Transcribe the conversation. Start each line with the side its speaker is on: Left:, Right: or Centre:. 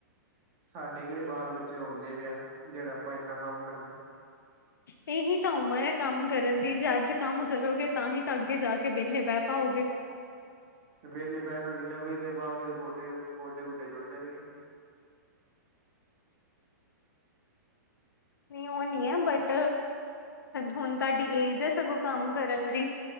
Right: ਸਾਡੇ ਕਿਹੜੇ ਬਾਲ ਬੱਚੇ ਰੋਂਦੇ ਪਏ ਆ ਜਿਹੜਾ ਆਪਾਂ ਇੰਨਾ ਕੰਮ ਕਰਨਾ।
Left: ਇਹੀ ਤਾਂ ਉਮਰ ਹੈ ਕੰਮ ਕਰਨ ਦੀ ਜੇ ਅੱਜ ਕੰਮ ਕਰੋਗੇ ਤਾਂ ਹੀ ਤਾਂ ਅੱਗੇ ਜਾ ਕੇ ਵਿਹਲੇ ਬਹਿ ਪਾਓਗੇ।
Right: ਵੇਲੇ ਪਹਿਣ ਨ ਨਾ ਵੇਲੇ ਪਾਂਗੇ ਤੇ ਗੋਡੇ ਗੋਡੇ ਗੋਡੇ ਜੁੜ ਜਾਣਗੇ।
Left: ਨਹੀਂ ਉਹ ਨੀ ਹੈ ਬਟ ਹੁਣ ਤੁਹਾਡੀ ਏਜ ਹੈ ਸਗੋਂ ਕੰਮ ਕਰਨ ਦੀ